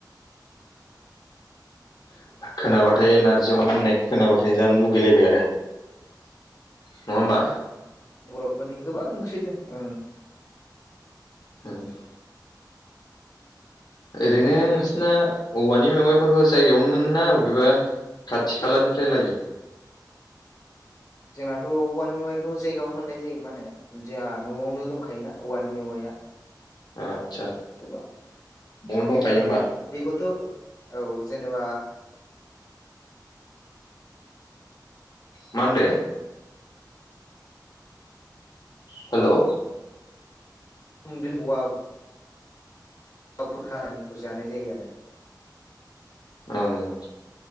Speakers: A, on the left; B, on the left.
A: खोनाबाथाय नारजि अमा होननाय खोनाबाथाय जानो लुगैलायबाय आरो नङा होमबा
B: बर'फोरनि गोबां ओंख्रिजों ओं
A: होम ओरैनो नोंसिना औवानि मेवाइफोरखौ जायगायावनो मोनो ना बबेबा खाथि खालानिफ्राय लायो
B: जोंनाथ' औवानि मेवाइखौ जायगायावनो मोननाय जायो मा होनो जोंहा न'आवनो दंखायोना औवानि मेवायआ
A: <inaudible>
B: गोबां
A: न'आवनो
B: जेनेबा
A: दंखायो होमबा
B: बे बेखौथ' औ जेनेबा
A: माहोनदो हेलौ
B: <unintelligible> औवा बुरखा निखौ जानाय जायो आरो
A: ओं